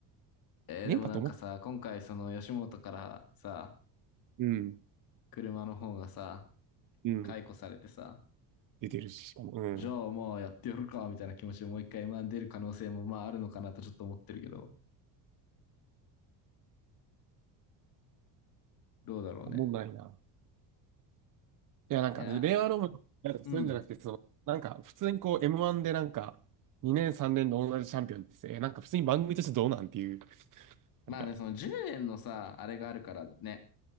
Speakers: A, on the left; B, on the right.
A: えー、
B: 連覇って思っ、
A: でもなんかさ、今回その吉本からさ、
B: うん、
A: 車の方がさ、
B: うん、
A: 解雇されてさ、
B: 出てるし、しかも、うん、
A: じゃあもうやってやるか、みたいな気持ちでもう一回 M1 出る可能性もまああるのかなとちょっと思ってるけど、どうだろうね。
B: おもんないな。いや、なんか、
A: いや
B: 令和ロマンなんかそういうんじゃなくて、
A: うん。
B: その、なんか、普通にこう、M1 でなんか、2年、3年の同じチャンピオンってさえなんか普通に番組としてどうなんっていう、
A: まあね、
B: なんか、
A: その10年のさ、あれがあるからね、